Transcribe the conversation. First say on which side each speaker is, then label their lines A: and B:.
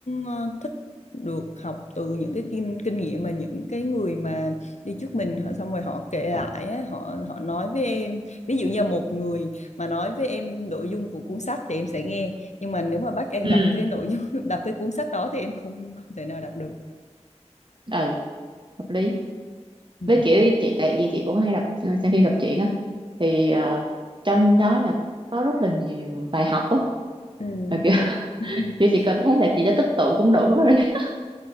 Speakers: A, on the left; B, on the right.
A: ờ, thích được học từ những cái kinh kinh nghiệm mà những cái người mà đi trước mình họ xong rồi họ kể lại á, họ họ nói với em ví dụ như một người mà nói với em nội dung của cuốn sách thì em sẽ nghe nhưng mà nếu mà bắt em
B: ừ
A: đọc cái nội dung <laughs> đọc cái cuốn sách đó thì em không không thể nào đọc được
B: ừ hợp lý
A: Ừ.
B: với kiểu chị tại vì chị cũng hay đọc xem phim đọc truyện á thì ờ, trong đó là có rất là nhiều bài học á
A: ừ
B: Mà kiểu
A: ừ
B: kiểu chị
A: <laughs>
B: cực thấy là chị đã tích tụ cũng đủ rồi <laughs>